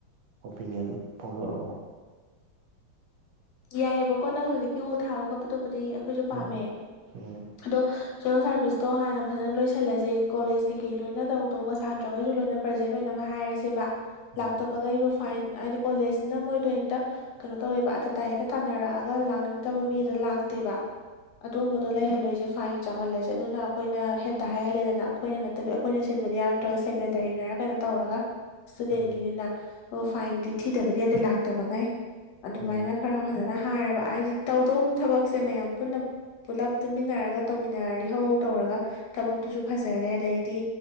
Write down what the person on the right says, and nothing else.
ꯑꯣꯄꯤꯅꯤꯌꯟ ꯐꯣꯡꯗꯣꯔꯛꯑꯣ꯫
ꯎꯝ ꯎꯝ
ꯎꯝ
ꯎꯝ
ꯎꯝ